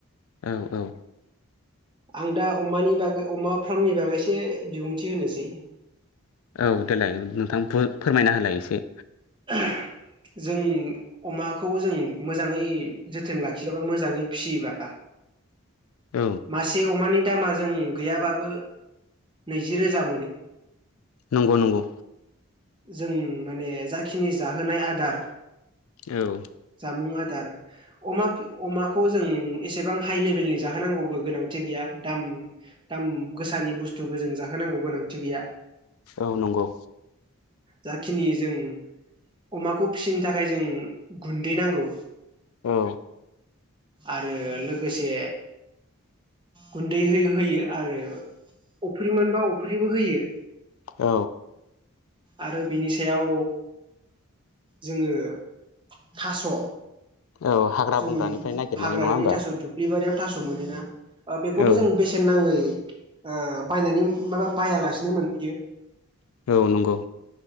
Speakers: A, on the left (about 80°); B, on the right (about 20°).
A: औ औ।
B: आं दा अमानि बागै अमा फ्रामनि बागैसो बिबुंथि होनोसै।
A: औ देलाय नोंथां। फोरमायना होलाय एसे।
B: <unintelligible> जों अमाखौ जों मोजाङै जोथोन लाखियाबा मोजाङै फियोबा
A: औ
B: मासे अमानि दामा जों गैयाबाबो नैजि रोजा मोनो।
A: नंगौ नंगौ।
B: जों माने जाखिनि जाहोनाय आदार
A: औ।
B: जामुं आदार अमा-अमाखौ जों एसेबां हाइ लेभेलनि जाहोनांगौबो गोनांथि गैया। दाम दाम गोसानि बुस्थुबो जों जाहोनांगौ गोनांथि गैया।
A: औ नंगौ।
B: जाखिनि जों अमाखौ फिसिनो थाखाय जों गुन्दै नांगौ
A: औ।
B: आरो लोगोसे गुन्दै हो- होयो आरो अफ्रि मोनबा अफ्रिबो होयो।
A: औ।
B: आरो बिनि सायाव जोङो थास'
A: औ हाग्रा
B: जों
A: बंग्रानिफ्राय नागिरनानै
B: हाग्रानि
A: नङा होमबा
B: थास' दुब्लि बारियाव थास' मोनोना ओ बेखौथ'
A: औ
B: जों बेसेन नाङै ओ बायनानै माबा बायालासिनो मोनबोयो।
A: औ नंगौ।